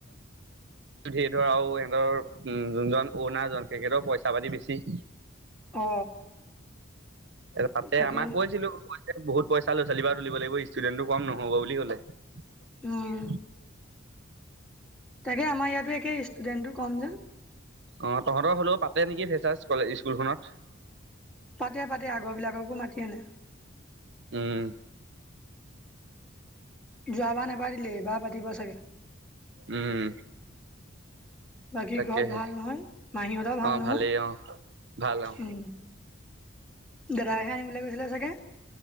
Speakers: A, on the right; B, in the centre.
A: সি ধৰা আৰু সিহঁতৰ উম যোনজন অনাৰজন তেখেতৰ পইচা পাতি বেছি।
B: অ
A: তাতে
B: তাকে
A: আমাক কৈছিলো। বহুত পইচা লৰা ছোৱালী পা তুলিব লাগিব ষ্টুডেণ্টটো কম নহব বুলি ক'লে। উ
B: উম
A: <unintelligible>
B: তাকে আমাৰ ইয়াতো একে ষ্টুডেন্টটো কম যে।
A: অ তহঁতৰ হ'লেও পাতে নেকি ফেচাচ স্কুলখনত।
B: পাতে পাতে আগৰবিলাককো মাতি আনে।
A: উম।
B: যোৱাবাৰ নেপাতিলে এইবাৰ পাতিব চাগে।
A: উম।
B: বাকী
A: তাকেহে
B: ঘৰত ভাল নহয় মাহীহঁতৰ ভাল
A: অ
B: নহয়
A: ভালেই অ। ভাল অ।
B: উম দাদাইহে আনিবলে গৈছিলে চাগে?